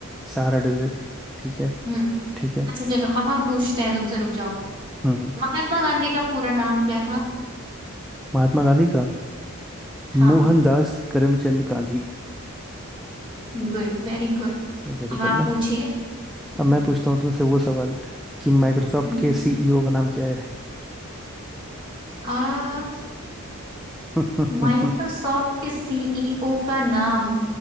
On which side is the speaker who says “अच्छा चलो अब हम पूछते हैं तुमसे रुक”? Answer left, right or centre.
Right